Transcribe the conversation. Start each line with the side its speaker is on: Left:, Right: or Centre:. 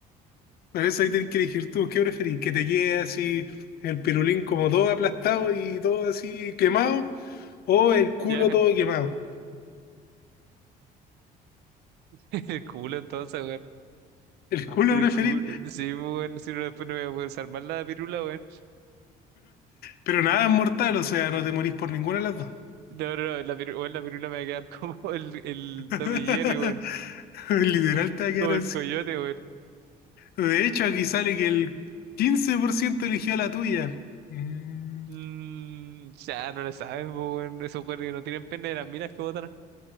Left: Por eso ahí tenés que elegir tú qué preferís. Que te quede así el pirulín como todo aplastado y todo así quemado. O el culo
Right: Ya,
Left: todo quemado.
Right: <laughs> el culo entonces, weón.
Left: El No. culo
Right: El
Left: preferís.
Right: cu- Sí, pues, bueno, si no, después no voy a poder salvar la pirula, weón.
Left: Pero nada es mortal. O sea, no te morís por ninguna de las dos.
Right: No, no, no, la pirula, weón, la pirula me va a quedar <laughs> como el, el
Left: <laughs>
Right: Tommy Jerry, weón.
Left: Literal te va a quedar
Right: Como el
Left: así.
Right: coyote, weón.
Left: De hecho, aquí sale que el 15% eligió la tuya. Mm.
Right: Mm, ya, no lo saben, pues, weón. Esos weones que no tienen pene de las minas que botan.